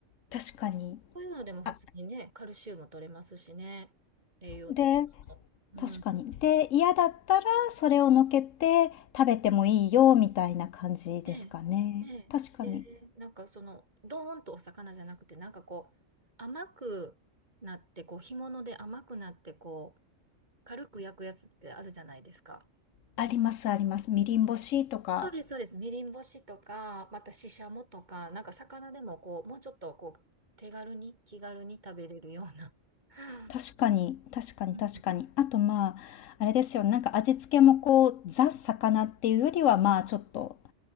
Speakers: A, on the left; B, on the right.
A: 確かに。
B: そういうのでも普通にね、
A: あ、
B: カルシウム取れますしね、栄養的なの。
A: で、
B: うん。
A: 確かに。で、嫌だったらそれをのけて食べてもいいよ、みたいな感じですかね。
B: ええ、ええ、
A: 確かに。
B: ええなんかその、ドーンとお魚じゃなくて、なんかこう、甘くなって、こう、干物で甘くなって、こう、軽く焼くやつってあるじゃないですか。
A: ありますあります。みりん干しとか。
B: そうです、そうです。みりん干しとか、またししゃもとか、なんか魚でもこう、もうちょっとこう、手軽に、気軽に食べれるような。<laughs>
A: 確かに、確かに、
B: うんうん
A: 確かに。あと、まあ、あれですよね。なんか味付けもこう、ザ・魚っていうよりは、まあ、ちょっと、